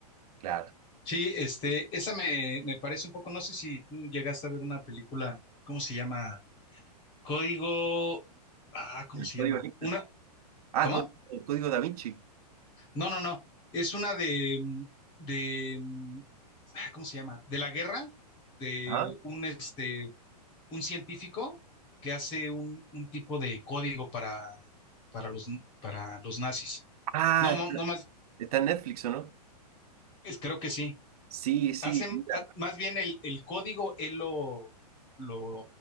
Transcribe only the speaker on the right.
claro.
El
código
Vinci.
Ah,
Có- el código Da Vinci.
Ajá.
Ah,
está
está en Netflix, ¿o no?
Sí, sí,
mira,